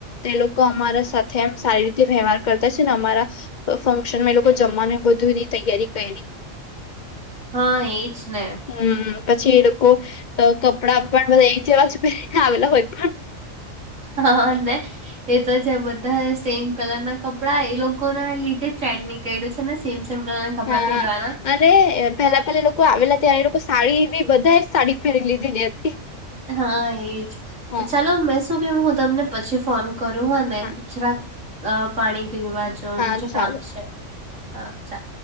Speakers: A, on the left; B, on the right.
A: તે લોકો અમારા સાથે એમ સારી રીતે વ્યવહાર કરતા છે ને અમારા ફંક્શન માં એ લોકો જમવાનું બધુ એની તૈયારી કરી.
B: હા એજ ને
A: હમ્મ પછી એ લોકો કપડા પણ બધા એક જેવા જ પહેરીને આવેલા હોય પણ
B: હા ને એ તો છે બધા સેમ કલર ના કપડા એ લોકોને લીધે ચેડ ની કેેડું છે ને સેમ સેમ <unintelligible>
A: હા
B: પહેરવાના
A: અને પેલા પહેલા લોકો આવેલા ત્યા એ લોકો સાડીની બધા સાડી પહેરી લીધીલી હતી.
B: હા એજ
A: હા
B: ચાલો મેં શું કેવ હું તમને પછી ફોન કરું હ
A: હા
B: ને જરાક પાણી પીવા જવાનું
A: હા
B: છે કામ
A: ચાલ
B: છે અચ્છા